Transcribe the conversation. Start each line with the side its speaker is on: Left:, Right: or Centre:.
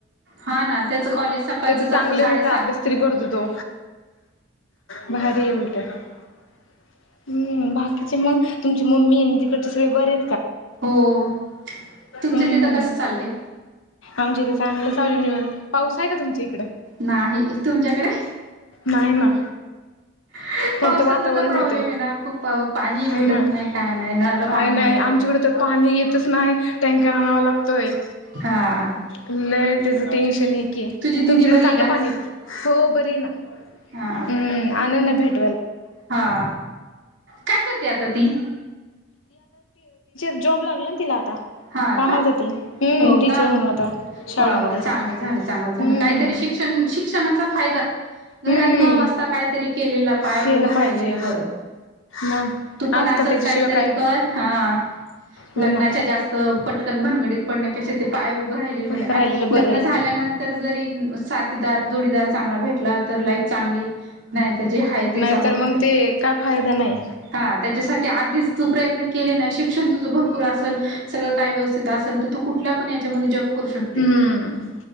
Right: हा ना त्याचं कॉलेज सकाळचच
Left: तरी चांगले
Right: असतं साडेसात
Left: उलट अभ्यास तरी करतो तो भारी उलट हम्म बाकी ति मग तम मम्मी आणि तिकड सगळे बर
Right: हो तुमच्या
Left: म्
Right: तिथं कसं चाललंय
Left: आजथ चांगलं चालू पाऊस आहे का तुमच्या इकड
Right: नाही तुमच्याकडे
Left: ना
Right: ह
Left: फक्त
Right: पावसाचा
Left: वातावरण
Right: तर प्रॉब्लेम
Left: होतंय.
Right: आहे ना खूप पा पाणी
Left: हा
Right: भेटत
Left: ना
Right: नाही काय नाही नळाला
Left: काय
Right: पाणी येणं
Left: आमच्याकडे
Right: नाही
Left: तर येतच नाही टँकर आणावा लागतोय
Right: हा
Left: ल त्याच टेन्शन आहे की आहे
Right: तुझी दिदी
Left: तुमच्याकडे
Right: बरी
Left: चांगलं
Right: आहे का
Left: पाणी हो बरी ना
Right: हा
Left: हम्म आनंद आ
Right: हा काय करते आता ती
Left: जॉब लागल ना तिला आता
Right: हा
Left: कामाला
Right: का
Left: जाती हम्म
Right: हो
Left: टीचर
Right: का
Left: म्हणून आता शाळेमध्ये
Right: वा वा चांगलं झालं, चांगलं
Left: हम्म.
Right: झालं काहीतरी श शिक्षण शिक्षणाचा फायदा घरात
Left: हम्म
Right: न बसता काहीतरी केलं पायावर
Left: केलं
Right: उभं राहिलेलं
Left: पाहिजे
Right: बरं
Left: मग
Right: तू पण
Left: आजकाल
Right: असत
Left: त्याच्याशिवाय
Right: काहीतरी
Left: काय नाही
Right: कर हा लग्नाच्या
Left: हो ना
Right: जास्त पटकन भानगडीत पडण्यापेक्षा ते पायर उभं राहिले
Left: तस
Right: बले
Left: राहिलेलं बरं
Right: लग्न झाल्यानंतर
Left: आहे
Right: जरी साथीदार जोडीदार चांगला भेटला तर लाईफ चांगली नाही जे आहे ते
Left: नाहीतर
Right: चालू राहत
Left: मग ते काय फायदा नाही
Right: हा त्याच्यासाठी आधीच तू प्रयत्न केले नाही शिक्षण तुझं भरपूर असेल सगळं काय व्यवथित असेल तर तू कुठल्या पण याच्यामध्ये जॉब करू शकते
Left: हम्म